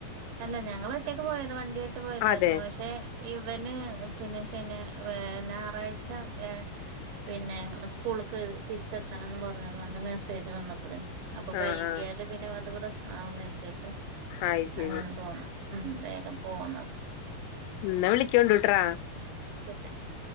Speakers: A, on the right (about 75°); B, on the left (about 85°).
A: അല്ല ഞങ്ങളൊറ്റക്ക് പോയത് വണ്ടിയേട്ട് പോയതായിരുന്നു
B: അതെ
A: പക്ഷെ ഇവന് പിന്നെ ഷ് പിന്നെ വേ ഞായറാഴ്ച ഏ പിന്നെ സ്കൂൾക്ക് തിരിച്ചെത്തണം ന്നും പ പ്പെ ഞങ്ങ വന്ന് മെസ്സേജ് വന്നപ്പളേ അപ്പൊ
B: ആഹ്
A: വൈകിയാല്
B: ആഹ്
A: പിന്നെ അത് പ്രസ്നാവുന്നരുതീട്ട്
B: അത് ശരി
A: അങ്ങനെ പോന്ന് ഉം വേഗം പോന്നത്
B: ന്ന വിളിക്കോണ്ട് ട്രാ
A: ചങ്‌സ്